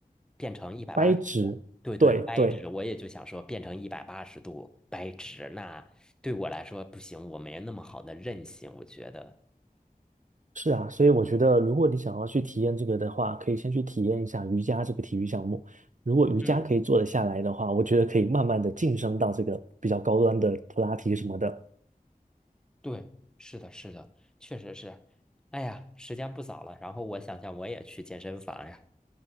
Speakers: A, in the centre; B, on the right.
A: 变成一百八十，
B: 掰直，
A: 对对，
B: 对对，
A: 掰直。我也就想说变成一百八十度掰直，那对我来说不行，我没那么好的韧性，我觉得。
B: 是啊，所以我觉得，如果你想要去体验这个的话，可以先去体验一下瑜伽这个体育项目。如果瑜伽可以做得下来的话，
A: 嗯。
B: 我觉得可以慢慢的晋升到这个比较高端的普拉提什么的。
A: 对，是的，是的，确实是。哎呀，时间不早了，然后我想想我也去健身房呀。